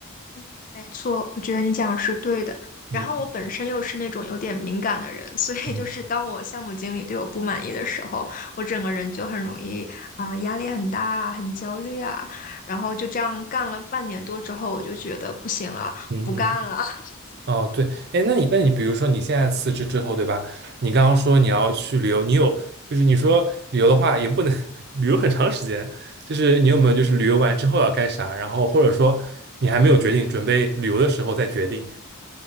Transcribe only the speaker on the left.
嗯，没错，我觉得你讲的是对的。
然后我本身又是那种有点敏感的人，所以就是当我项目经理对我不满意的时候，
我整个人就很容易啊、压力很大啊，很焦虑啊。然后就这样干了半年多之后，我就觉得不行了，
不干了。<laughs>
嗯。